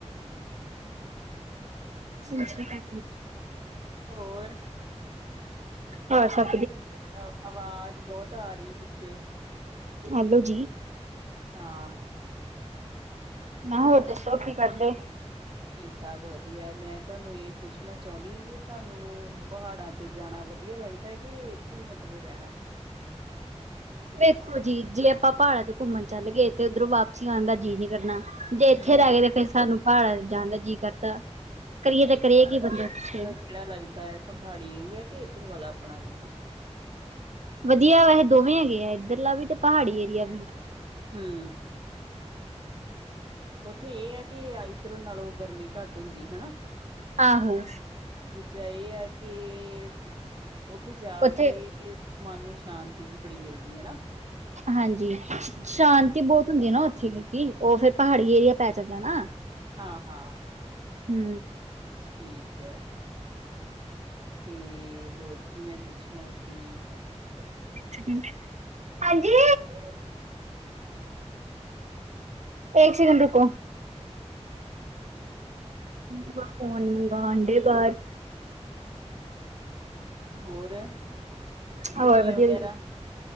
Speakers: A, on the right (about 80°); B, on the right (about 45°).
A: ਸਮਛ ਕੇ
B: ਹੋਰ
A: ਹਾਂ ਸਰ
B: ਆਵਾਜ਼ ਬਹੁਤ ਆ ਰਹੀ ਪਿੱਛੇ।
A: ਹੈਲੋ ਜੀ।
B: ਹਾਂ।
A: ਮੈਂ ਹੋਰ ਦੱਸੋ ਕੀ ਕਰਦੇ?
B: ਠੀ ਠਾਕ ਵਧੀਆ, ਮੈਂ ਤੁਹਾਨੂੰ ਇਹ ਪੁੱਛਣਾ ਚਾਹੁੰਦੀ ਵੀ ਤੁਹਾਨੂੰ ਪਹਾੜਾਂ ਤੇ ਜਾਣਾ ਵਧੀਆ ਵਧੀਆ ਲੱਗਦਾ ਹੈ? ਕਿ ਇੱਥੇ ਹੀ ਮਤਲਬ ਰਹਿਣਾ।
A: ਵੇਖੋ ਜੀ ਜੇ ਆਪਾਂ ਪਹਾੜਾ ਤੇ ਘੁੰਮਣ ਚੱਲ ਗਏ ਤੇ ਉੱਧਰੋਂ ਵਾਪਸੀ ਆਉਣ ਦਾ ਜੀ ਨੀ ਕਰਨਾ ਜੇ ਇੱਥੇ
B: ਹਮ
A: ਰਹਿ
B: ਹਮ
A: ਗਏ ਤੇ ਫੇਰ ਸਾਨੂੰ ਪਹਾੜਾਂ ਜਾਣ ਦਾ ਜੀਅ ਕਰਦਾ। ਕਰੀਏ
B: ਨਹੀਂ
A: ਤਾਂ ਕਰੀਏ
B: ਵਧੀਆ
A: ਕੀ ਬੰਦੇ ਪਿਛੇ
B: ਮਤਲਬ ਕਿਹੜਾ ਲੱਗਦਾ ਹੈ ਪਹਾੜੀ ਏਰੀਆ ਕਿ ਇਧਰ ਵਾਲਾ ਆਪਣਾ ਜਿੱਦਾਂ
A: ਵਧੀਆ ਵੈਸੇ ਦੋਵੇਂ ਹੈਗੇ ਆ ਇੱਧਰਲਾ ਵੀ ਤੇ ਪਹਾੜੀ ਏਰੀਆ ਵੀ
B: ਹਮ ਉੱਥੇ ਇਹ ਹੈ ਕਿ ਇੱਧਰੋਂ ਨਾਲੋਂ ਗਰਮੀ ਘੱਟ ਹੁੰਦੀ ਹਨਾ।
A: ਆਹੋ।
B: ਦੂਜਾ ਇਹ ਆ ਕਿ ਉੱਥੇ ਜਾ
A: ਉੱਥੇ
B: ਕੇ ਮਨ ਨੂੰ ਸ਼ਾਂਤੀ ਜਿ ਬੜੀ ਮਿਲਦੀ। ਹੈ ਨਾ
A: ਹਾਂਜੀ ਸ਼ਾਂਤੀ ਬਹੁਤ ਹੁੰਦੀ ਹੈ ਨਾ ਉਥੇ ਠੀਕ ਉਹ ਫਿਰ ਪਹਾੜੀ ਏਰੀਆ ਪੈ ਜਾਂਦਾ ਨਾ।
B: ਹਾਂ-ਹਾਂ।
A: ਹੂੰ
B: ਠੀਕ ਹੈ। ਤੇ ਹੋਰ ਕੀ ਮੈਂ ਪੁੱਛਣਾ ਸੀ।
A: <inaudible> ਹਾਂਜੀ।
B: <inaudible>
A: ਐਕ ਸੈਕਿੰਡ ਰੁਕੋ। ਬੂਆ ਫੋਨ ਮੰਗਾਂਣ ਡੇ ਬਾਹਰ
B: ਹੋਰ ਛੁੱਟੀਆਂ
A: ਹੋਰ ਵਧੀਆ
B: ਵਗੈਰਾ